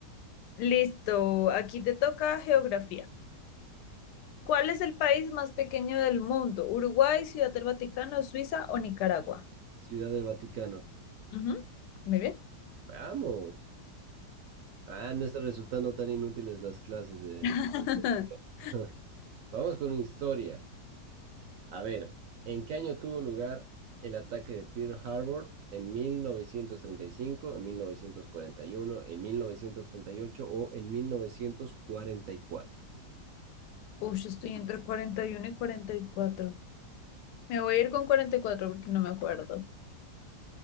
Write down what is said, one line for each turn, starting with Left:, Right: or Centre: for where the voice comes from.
Left: Listo, aquí te toca geografía. ¿Cuál es el país más pequeño del mundo? ¿Uruguay, Ciudad del Vaticano, Suiza o Nicaragua?
Right: Ciudad del Vaticano.
Left: Ujú, Muy bien.
Right: Vamos. Ah, no están resultando tan inútiles las clases de...
Left: <laughs>
Right: <laughs> Vamos con historia. A ver, ¿en qué año tuvo lugar el ataque de Pearl Harbor? ¿En 1935, en 1941, en 1938 o en 1944?
Left: Uy, yo estoy entre cuarenta y uno y y 44. Me voy a ir con 44 porque no me acuerdo.